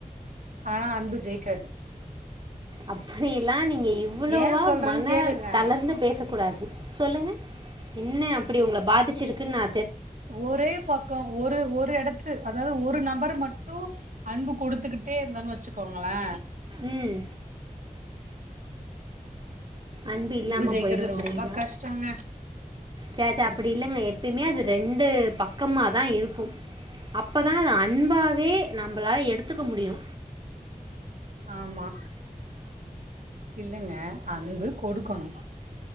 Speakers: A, on the right (about 65°); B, on the right (about 35°).
A: ஆனா அன்பு ஜெயிக்காது
B: அப்டிலா நீங்க இவ்வளோவா
A: ஏ சொல்றேன்னு
B: மன
A: கேளுங்க
B: தளர்ந்து பேசக்கூடாது சொல்லுங்க என்ன அப்டி உங்கள பாதிச்சிருக்குனு நா
A: ஒரே பக்கோ ஒரு ஒரு எடத்து அதாவது ஒரு நபர் மட்டு அன்பு கொடுத்துக்கிட்டே இருந்தன்னு வெச்சுக்கோங்களே
B: உம் அன்பு இல்லாம
A: ஜெயிக்கிறது
B: போயிடுன்றீங்களா
A: ரொம்ப கஷ்டோங்க
B: சேச்ச அப்டி இல்லங்க எப்பமே அது ரெண்டு பக்கமா தா இருக்கு அப்பதா அத அன்பாவே நம்மளால எடுத்துக்க முடியு
A: ஆமா இல்லைங்க அன்பு கொடுக்கனு